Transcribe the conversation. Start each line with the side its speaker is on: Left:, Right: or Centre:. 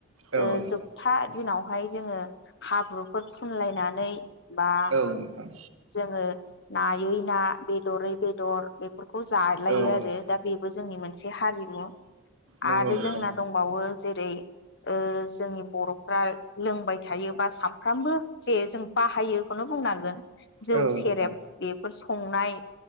Right: औ
Left: ओ
Right: नोंथां
Left: जोबथा दिनावहाय जोङो हाब्रुफोर फुनलायनानै बा
Right: औ नोंथां
Left: जोङो नायै ना बेदरै बेदर बेफोर खौ जालायो
Right: औ
Left: आरो
Right: नोंथां
Left: दा बेबो जोंनि मोनसे हारिमु।
Right: नंगौ
Left: आरो
Right: नोंथां
Left: जोंना दंबावो जेरै ओ जोंनि ओ बर'फ्रा लोंबाय थायो। बा सानफ्रामबो जे जों बाहायोखौनो बुंनांगोन। जौ
Right: औ
Left: सेरेब
Right: नोंथां
Left: बेफोर संनाय